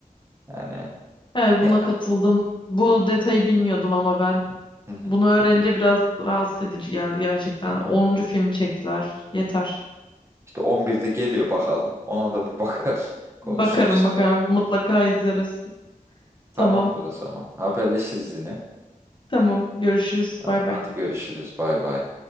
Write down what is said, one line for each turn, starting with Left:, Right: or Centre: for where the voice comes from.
Right: yani.
Left: Evet
Right: Ne-
Left: buna katıldım. Bu detayı bilmiyordum ama ben.
Right: Hı hı.
Left: Bunu öğrenince biraz rahatsız edici geldi gerçekten. Onuncu filmi çektiler. Yeter.
Right: İşte 11'de geliyor bakalım. Ona da bir bakar. <laughs> Konuşuruz.
Left: Bakarım bakarım. Mutlaka izleriz.
Right: Tamamdır
Left: Tamam.
Right: o zaman. Haberleşiriz yine.
Left: Tamam. Görüşürüz.
Right: Tamam
Left: Bay bay.
Right: hadi görüşürüz bay bay.